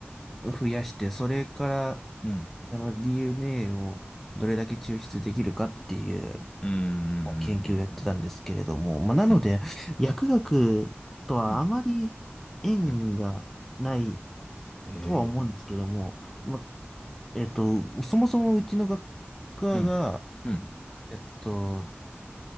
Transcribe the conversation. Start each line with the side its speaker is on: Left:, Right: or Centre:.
Centre: あ、増やして、それから
Left: うん、
Centre: あの DNA をどれだけ抽出できるかっていう
Left: うん、うん、
Centre: 研究をやってたんですけれども、
Left: うん、う
Centre: まあ、なので、
Left: ん、うん、
Centre: 薬学とはあまり縁がない
Left: うん、うんへえ
Centre: とは思うんですけども、まあ、えっと、そもそもうちの学科が、
Left: うん、うん、
Centre: えっと、